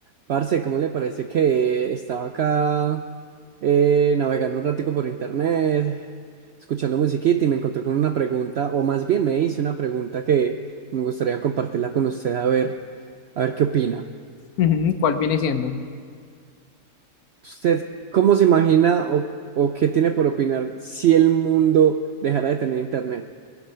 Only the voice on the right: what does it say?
Parce, ¿cómo le parece que estaba acá eh, navegando un ratico por internet, escuchando musiquita y me encontré con una pregunta, o más bien me hice una pregunta que me gustaría compartirla con usted a ver, a ver qué opina.
¿Usted cómo se imagina o, o qué tiene por opinar si el mundo dejara de tener internet?